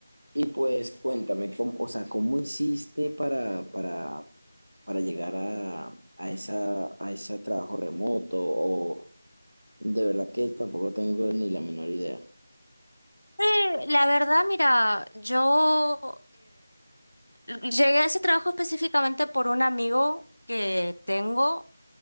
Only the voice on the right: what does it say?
Y pues cuéntame, ¿cómo, o sea, cómo hiciste para, para, para llegar a, a esa, a ese trabajo remoto? O de verdad que tampoco tengo ni la menor idea.